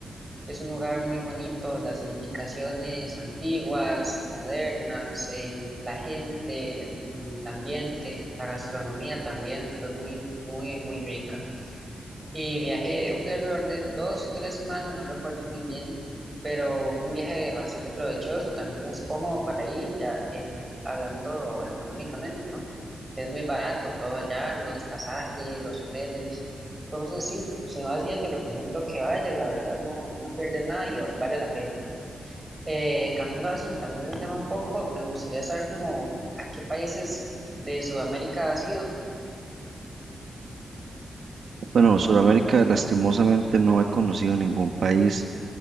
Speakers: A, on the right; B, on the right.
A: es un lugar muy bonito, las edificaciones antiguas, modernas, eh, la gente, el ambiente, la gastronomía también fue muy, muy, muy rica. Y viajé, fui alrededor de dos, tres semanas, no recuerdo muy bien, pero fue un viaje bastante provechoso, también es cómodo para ir, ya eh, hablando económicamente, ¿no? Es muy barato todo allá, los pasajes, los hoteles. Entonces sí, si no has ido, te recomiendo que vayas, la verdad no, no pierdes nada y vale la pena. Eh, cambiando así, también el tema un poco, me gustaría saber cómo, a qué países de Sudamérica has ido.
B: Bueno, Sudamérica lastimosamente no he conocido ningún país,